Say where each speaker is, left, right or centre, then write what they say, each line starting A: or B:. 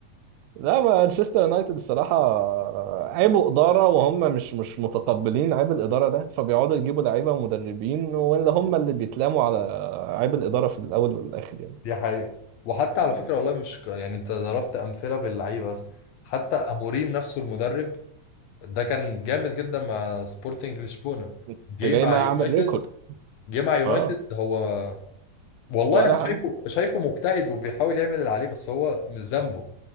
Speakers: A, on the right; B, on the left.
A: لا مانشستر يونايتد الصراحة عيبوا إدارة وهم مش مش متقبلين عيب الإدارة ده فبيقعدوا يجيبوا لعيبة ومدربين ولا هم اللي بيتلاموا على عيب الإدارة في الأول والآخر يعني
B: دي حقيقة وحتى على
A: م?
B: فكرة والله مش ك- يعني انت ضربت أمثلة باللعيبة بس حتى أموريم نفسه المدرب ده كان جامد جدا مع سبورتنج لشبونه
A: أنت
B: جه
A: جاي
B: مع
A: ما
B: اه يونايتد
A: أعمل ريكورد
B: جه مع يونايتد
A: أه
B: هو والله
A: ولا
B: انا شايفه
A: حاجة
B: شايفه مجتهد وبيحاول يعمل اللي عليه بس هو مش ذنبه